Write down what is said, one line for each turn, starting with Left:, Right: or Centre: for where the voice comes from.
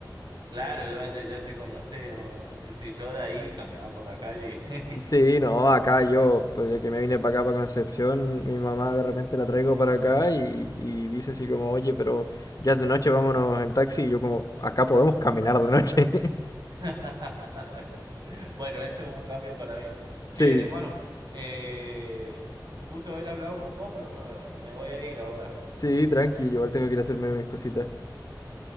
Right: Claro, ya te, ya te conocí. o, Si sos de ahí, caminás por la calle. <laughs>
Left: <laughs> Sí, no, acá yo, pues de que me vine para acá, para Concepción, mi mamá de repente la traigo para acá y, y dice así como, oye, pero ya es de noche, vámonos en taxi. Y yo como, acá podemos caminar de noche. <laughs>
Right: <laughs> Bueno, eso es un cambio para bien. Che,
Left: Sí.
Right: hermano, eh, un gusto haber hablado con vos, pero me, me voy a ir ahora.
Left: Sí, tranqui, yo igual tengo que ir a hacerme mis cositas.